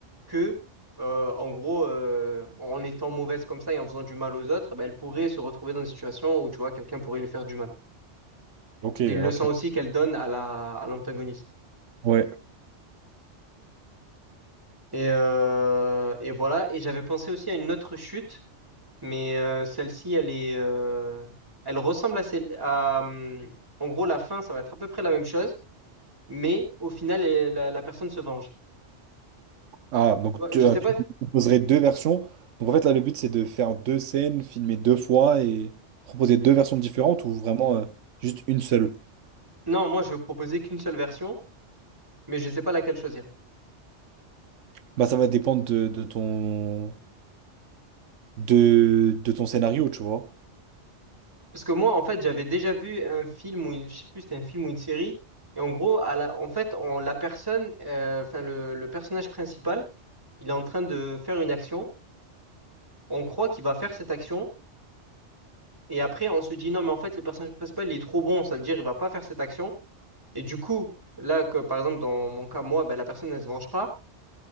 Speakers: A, on the right; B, on the right.
A: que, euh, en gros, euh, en étant mauvaise comme ça et en faisant du mal aux autres, ben, elle pourrait se retrouver dans une situation où, tu vois, quelqu'un pourrait lui faire du mal.
B: ok
A: C'est une leçon
B: ok
A: aussi qu'elle donne à la, à l'antagoniste.
B: ouais
A: Et, euh, et voilà. Et j'avais pensé aussi à une autre chute Mais euh, celle-ci, elle est, euh, elle ressemble à celle, à, hum, en gros, la fin, ça va être à peu près la même chose, mais au final, elle- la, la personne se venge.
B: Ah, donc
A: Tu vois,
B: tu,
A: Je
B: euh,
A: sais
B: tu
A: pas.
B: proposerais deux versions. Donc en fait, là, le but, c'est de faire deux scènes, filmer deux fois et proposer deux versions différentes ou vraiment euh, juste une seule.
A: Non, moi, je veux proposer qu'une seule version, mais je sais pas laquelle choisir.
B: Bah, ça va dépendre de, de ton, de, de ton scénario, tu vois.
A: Parce que moi, en fait, j'avais déjà vu un film ou une- je sais plus, c'était un film ou une série, et en gros, à la, en fait, on, la personne, euh, enfin, le, le personnage principal, il est en train de faire une action. On croit qu'il va faire cette action. Et après, on se dit, non, mais en fait, le personnage principal, il est trop bon, ça veut dire il va pas faire cette action. Et du coup, là, que, par exemple, dans mon cas, moi, ben, la personne, elle se venge pas.